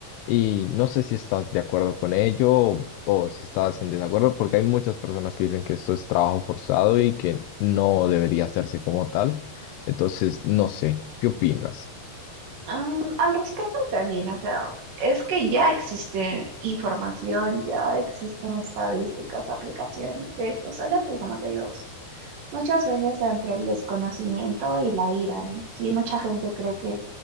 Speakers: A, on the left; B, on the right.
A: y no sé si estás de acuerdo con ello o, o si estás en desacuerdo, porque hay muchas personas que dicen que esto es trabajo forzado y que no debería hacerse como tal. Entonces, no sé, ¿qué opinas?
B: Am, al respecto también, o sea, es que ya existe información, ya existen estadísticas, aplicaciones de esto, solo que como te digo, s- muchas veces entre el desconocimiento y la ira, ¿no? Sí, mucha gente cree que